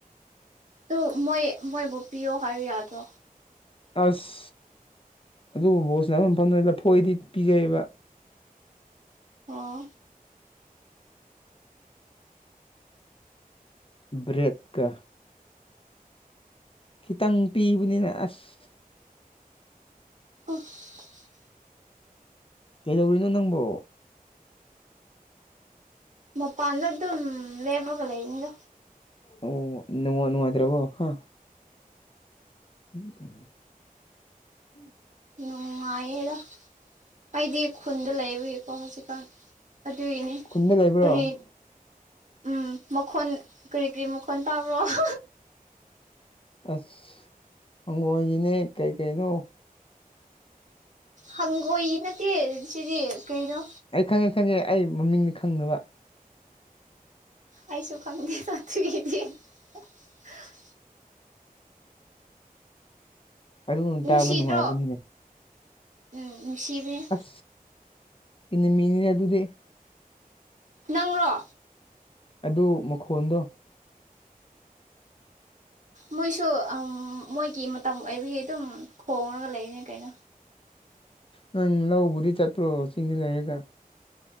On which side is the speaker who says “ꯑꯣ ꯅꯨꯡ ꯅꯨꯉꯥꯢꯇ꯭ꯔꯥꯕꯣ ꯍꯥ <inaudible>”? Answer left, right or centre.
Left